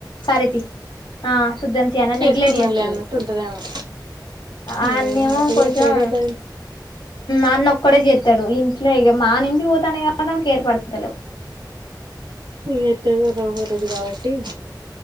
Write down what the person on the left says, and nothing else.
సరే తీ ఆ సుద్దంతి అనా
నెగలెక్ట్ చేస్తది.
అన్నేమో
కొంచెం
అన్న ఒక్కడే చేస్తాడు ఇంట్లో మా నుంచి పోతానే కాబట్డా ఆమెకి ఏర్పడతలే